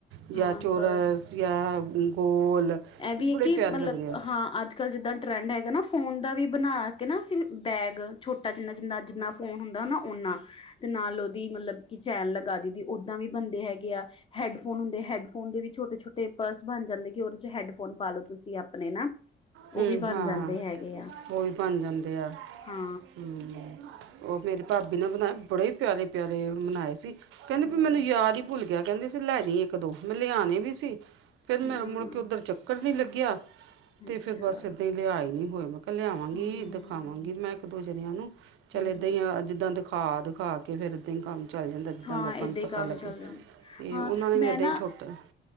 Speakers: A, on the right (about 85°); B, on the left (about 25°).
A: ਯਾ
B: ਹਾਂ
A: ਚੋਰਸ,
B: ਪਰਸ
A: ਯਾ ਗੋਲ
B: ਐਵੀ
A: ਬੜੇ
B: ਏ ਕਿ
A: ਪਿਆਰੇ
B: ਮਲਬ
A: ਲੱਗਦੇ ਆ
B: ਹਾਂ ਅੱਜ ਕੱਲ ਜਿੱਦਾਂ ਟਰੈਂਡ ਹੈਗਾ ਨਾ, ਫੋਨ ਦਾ ਵੀ ਬਨਾ ਕੇ ਨਾ ਅਸੀ ਬੈਗ ਛੋਟਾ ਜਿੰਨਾ-ਜਿੰਨਾ, ਜਿੰਨਾ ਫੋਨ ਹੁੰਦਾ ਨਾ ਓਨਾ, ਤੇ ਨਾਲ ਓਦੀ ਮਲਬ ਕਿ ਚੈਨ ਲਗਾ ਦੀ ਦੀ। ਇੱਦਾ ਵੀ ਬਨਦੇ ਹੈਗੇ ਆ, ਹੈਡਫੋਨ ਹੁੰਦੇ ਹੈਡਫੋਨ ਦੇ ਵੀ ਛੋਟੇ-ਛੋਟੇ ਪਰਸ ਬਾਨ ਜਾਂਦੇ ਕਿ ਓਦੇ ਚ ਹੈਡਫੋਨ ਪਾ ਲੋ ਤੁਸੀ ਆਪਨੇ ਨਾ ਉਹ
A: ਹੂੰ,
B: ਵੀ ਬਣ
A: ਹਾਂ
B: ਜਾਂਦੇ ਹੈਗੇ ਆ
A: ਓ ਵੀ ਬਾਨ ਜਾਂਦੇ ਆ,
B: ਹਾਂ
A: ਹੂੰ। ਓ ਮੇਰੀ ਪਾਬੀ ਨੇ ਬਨਾਏ, ਬੜੇ ਪੇਆਰੇ-ਪਆਰੇ ਬਨਾਏ ਸੀ। ਕਹਿੰਦੇ
B: ਹਮ
A: ਮੈਨੂੰ ਯਾਦ ਈ ਭੁੱਲ ਗੇਆ, ਕੈਂਦੇ ਸੀ ਲੈ ਜੀਂ ਇੱਕ-ਦੋ ਮੈਂ ਲਿਆਨੇ ਵੀ ਸੀ। ਫੇਰ ਮੇਰਾ
B: ਹਾਂ
A: ਮੁੜ ਕੇ ਓੱਧਰ ਚੱਕਰ ਨੀ ਲੱਗੇਆ। ਤੇ
B: ਅੱਛਾ
A: ਫੇਰ ਬਾੱਸ ਏਦਾਂ ਈ ਲਿਆ ਈ ਨੀ ਹੋਏ, ਮੈਂ ਕੇਆ ਲੇਆਵਾਂਗੀ,
B: ਹਮ
A: ਦਖਾਵਾਂਗੀ ਮੈਂ ਇੱਕ ਦੋ ਜਨੇਆਂ ਨੂੰ। ਚੱਲ
B: ਹਮ ਹਮ
A: ਏਦਾ ਈ ਆ ਜਿੱਦਾਂ ਦਿਖਾ-ਦਿਖਾ ਕੇ ਫੇਰ ਇੱਦਾਂ ਈ ਕਾੰਮ ਚਾੱਲ ਜਾਂਦਾ ਜਿੱਦਾਂ
B: ਹਾਂ
A: ਲੋਕਾਂ
B: ਏਦਾਂ
A: ਨੂੰ
B: ਹੀ ਕੰਮ
A: ਪਤਾ ਲੱਗੇ,
B: ਚੱਲ ਜਾਂਦਾ
A: ਤੇ
B: ਹਾਂ
A: ਓਨਾਂ ਨੇ
B: ਮੈਂ
A: ਵੀ ਐਦਾਂ
B: ਨਾ
A: ਈ ਛੋਟ ਤੈ